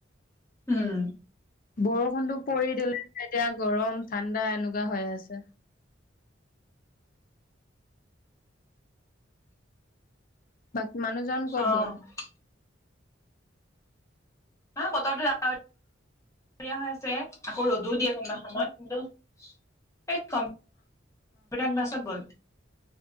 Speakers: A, on the left; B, on the left.
A: উম্।
B: বৰষুণতটো পৰি দিলে, এতিয়া গৰম ঠাণ্ডা এনেকুৱা হৈ আছে। বাকী মানুহজন ক'ত
A: অ',
B: গ'ল?
A: হা, বতৰটো ডাৱৰী ৰিয়া হৈ আছে। আকৌ ৰ'দো দিয়ে কোনোবা সময়ত, কিন্তু এ কম <unintelligible> পিটাৰ ক্লাছত গ'ল।